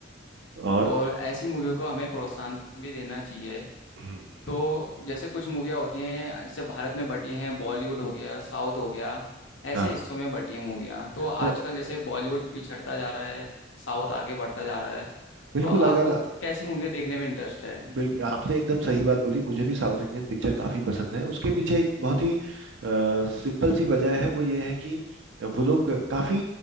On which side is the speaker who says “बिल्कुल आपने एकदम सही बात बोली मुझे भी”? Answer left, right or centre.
Right